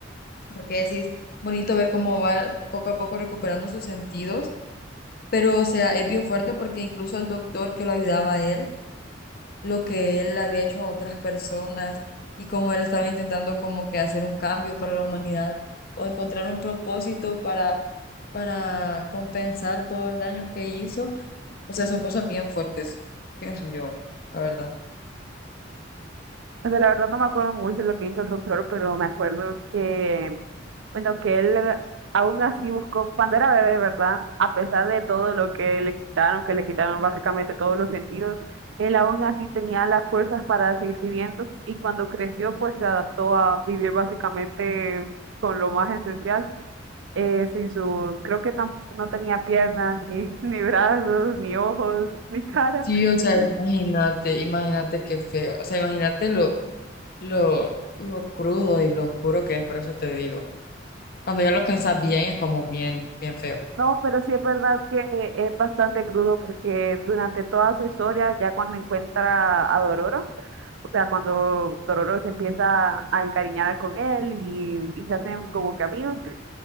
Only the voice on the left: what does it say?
porque decís, bonito ver cómo va poco a poco recuperando sus sentidos, pero, o sea, es bien fuerte porque incluso el doctor que lo ayudaba a él, lo que él había hecho a otras personas y cómo él estaba intentando como que hacer un cambio para la humanidad o encontrar un propósito para, para compensar todo el daño que hizo. O sea, son cosas bien fuertes, pienso yo, la verdad.
Sí, o sea, imagínate, imagínate qué feo. O sea, imagínate lo, lo, lo crudo y lo oscuro que es, por eso te digo. Cuando ya lo piensas bien, es como bien, bien feo.